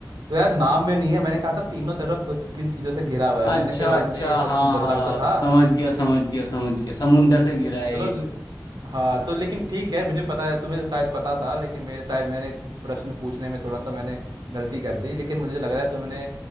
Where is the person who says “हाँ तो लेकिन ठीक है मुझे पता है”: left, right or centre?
Right